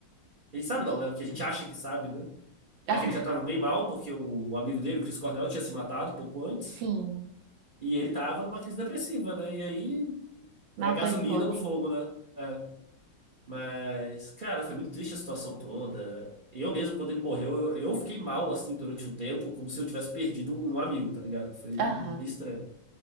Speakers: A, on the right; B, on the right.
A: Ele sabe não, né? O que a gente acha que sabe, né?
B: Aham,
A: É que ele já tava bem mal, porque o amigo dele, o Chris Cornell, tinha se matado pouco antes.
B: sim,
A: E ele tava numa crise depressiva, né? E aí,
B: não
A: né,
B: aguentou,
A: gasolina
B: né?
A: no fogo, né? É. Mas, cara, foi muito triste a situação toda. Eu mesmo, quando ele morreu, eu, eu fiquei mal, assim, durante um tempo, como se eu tivesse perdido um amigo, tá ligado? Foi meio
B: Aham.
A: estranho.